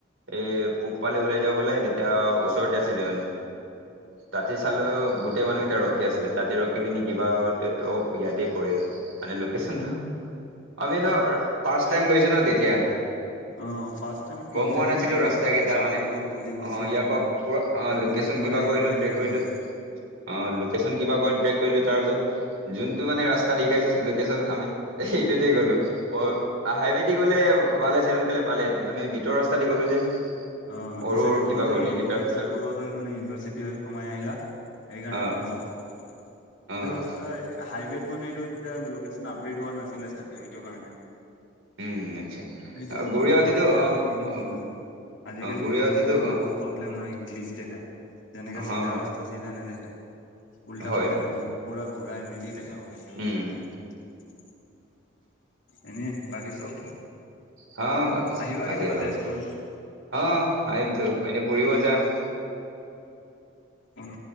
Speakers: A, on the right (about 80°); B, on the left (about 70°).
A: এ পূব পালি ওলাই যাব পালে তেতিয়া ওচৰতে আছিলে মানে। তাতে চালোও গোটেই মানুহ এটা ৰখি আছিলে তাতে ৰখি পিনি কিবা অ ইয়াতে মানে লোকেশ্যনটো আমি ন ফাৰ্ষ্ট টাইম গৈছো ন তেতিয়া।
B: অ', ফাৰ্ষ্ট টাইমত
A: গম
B: কনফিউজন
A: পোৱা নাছিলো
B: লাগিবই
A: ৰাস্তা
B: আৰু
A: কেইটা
B: তেজপুৰত
A: মানে
B: বহুত গলি গুচি
A: আহ
B: আছে
A: ইয়াৰ পৰা
B: ন।
A: পুৰা অ
B: এইপিনে
A: লোকেশ্যন
B: সোমালে
A: কিবা
B: সেইপিনে
A: কৰিলো ট্ৰে
B: ওলাই
A: কৰিলো।
B: যায়।
A: অ লোকেশ্যন কিবা কৰি ট্ৰেক কৰিলো তাৰিছত যোনটো মানে ৰা <unintelligible> লেচন আমি সেইটোতে গলো হাইৱে দি গ'লে ভাল আছে সোনকালে। পালেহেঁতেন আমি ভিতৰৰ ৰাস্তা দি গ'লো যে।
B: অ
A: সৰু
B: চাগে
A: সৰু
B: তোমাৰ
A: কিবা গলি কেইটাৰ
B: ভিতৰত
A: পিছত
B: <inaudible> পঢ়োৱা হৈ মানে ইউনিভাৰ্চিটি হৈ সোমাই আহিলা। সেইকাৰণে
A: অ
B: লম্বা হল। এইটো
A: অ
B: ৰাস্তা হাইৱেত মানে এইটো তেতিয়া লোকেশচন আপডেট হোৱা নাছিলে চাগে সেইটো কাৰণে।
A: উম আচ্ছা
B: এইটোৱে
A: ঘূৰি
B: প্ৰব্লেম
A: আহোঁতেটো
B: হ'ব পাৰে
A: অ
B: আৰু কিনো প্ৰব্লেম
A: অ
B: হ'ব। আজিকালি
A: গৰিয়াৱতেতো
B: গুগল মেপৰো বহত প্ৰব্লেম নহয় ক্লিচ দেখাই যেনেকে
A: হ
B: চিধা অস্তা চিধা নেদেখায়। উল্টা
A: হয়
B: পুল্টা
A: হয়
B: ঘ পুৰা ঘূৰাই মেলি দেখা হয় একেবাৰে।
A: উম
B: এনেই বাকী চব
A: হ বাকি চব
B: আহিবা
A: ভালেই
B: কেতিয়াবা
A: বাৰো,
B: তেজপুৰ
A: হ আহম তো ফুৰিব যাম।
B: উম।